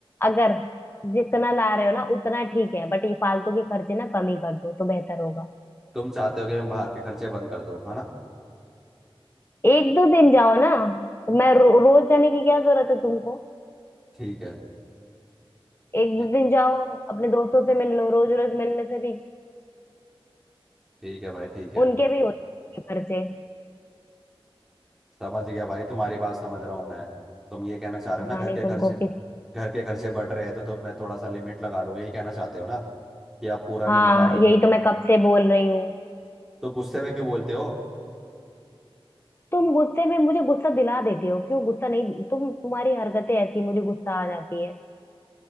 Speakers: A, on the left; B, in the centre.
A: अगर जितना ला रहे हो ना उतना ठीक है बट ये फालतू के खर्चे ना कम ही कर दो तो बेहतर होगा
B: तुम चाहते हो कि मैं बाहर के खर्चे बंद कर दूँ है ना
A: एक दो दिन जाओ ना तो मैं रो, रोज जाने की क्या जरूरत है तुमको
B: ठीक है
A: एक
B: ए-
A: दो दिन जाओ अपने दोस्तों से मिल लो रोज रोज मिलने से भी
B: ठीक है भाई ठीक है
A: उनके भी होते हैं खर्चे
B: समझ गया भाई तुम्हारी बात समझ रहा हूँ मैं तुम ये कहना चाह रहे
A: पता
B: हो ना घर
A: नहीं
B: के खर्चे
A: तुमको किस
B: घर के खर्चे बढ़ रहे हैं तो, तो मैं थोड़ा सा लिमिट लगा लूँ यही कहना चाहते हो ना कि अब पूरा नहीं
A: हाँ
B: हो पा रहा है
A: यही तो मैं कब से बोल रही हूँ
B: तो गुस्से में क्यों बोलते हो
A: तुम गुस्से में मुझे गुस्सा दिला देते हो क्यों गुस्सा नहीं तुम तुम्हारी हरकतें ऐसी मुझे गुस्सा आ जाती है